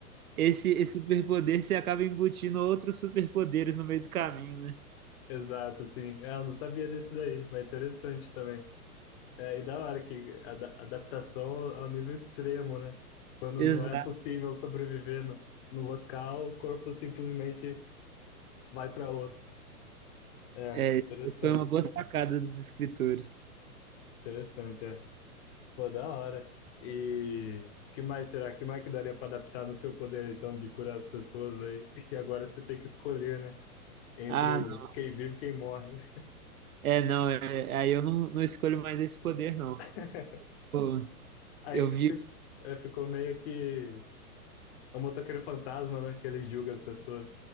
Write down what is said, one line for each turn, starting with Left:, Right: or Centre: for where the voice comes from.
Right: esse, esse superpoder se acaba embutindo outros superpoderes no meio do caminho, né?
Left: Exato, assim. É, eu não sabia desse daí, mas interessante também. É, e da hora que a ada- adaptação ao nível extremo, né? Quando
Right: Exato.
Left: não é possível sobreviver no, no local, o corpo simplesmente vai para outro. É,
Right: É,
Left: interessante,
Right: essa foi uma boa sacada dos escritores.
Left: interessante, é. Pô, da hora. E que mais será? Que mais que daria para adaptar no seu poder, então, de curar as pessoas aí? <laughs> E agora você tem que escolher, né? Entre
Right: Ah,
Left: o
Right: não.
Left: quem vive e quem morre.
Right: é, não, é, aí eu não, não escolho mais esse poder, não.
Left: <laughs>
Right: Pô,
Left: Aí
Right: eu vi.
Left: fi- é, ficou meio que É o motoqueiro fantasma, né? Que ele julga as pessoas.